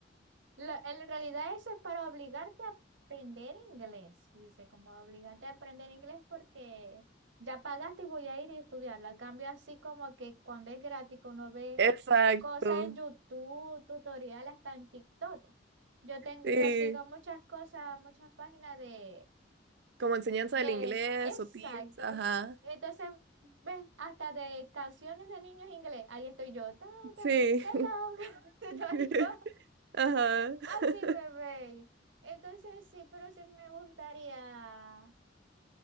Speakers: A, on the right (about 80°); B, on the right (about 60°).
A: la- en realidad eso es para obligarte a aprender inglés. Dice, como obligarte a aprender inglés porque ya pagaste y voy a ir y estudiarlo. A cambio, así como que cuando es gratis, que uno ve
B: exacto.
A: cosas en YouTube, tutoriales, hasta en TikTok. Yo, ten-
B: Sí,
A: yo sigo muchas cosas, muchas páginas de,
B: como enseñanza
A: de,
B: del inglés
A: exacto.
B: o tips, ajá.
A: Entonces, ves, hasta de canciones de niños inglés. Ahí estoy yo. ta,
B: Sí.
A: ta, hello. <laughs> Estoy
B: <laughs>
A: yo.
B: Ajá. <laughs>
A: Así me bebé. Entonces sí, pero sí me gustaría